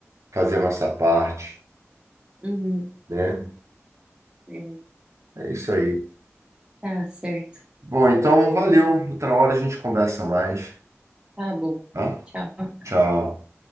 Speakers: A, on the right; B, on the right.
A: Fazer a nossa parte,
B: uhum,
A: né?
B: é,
A: É isso aí.
B: tá certo.
A: Bom, então valeu. Outra hora a gente conversa mais,
B: Tá bom.
A: tá?
B: Tchau.
A: Tchau.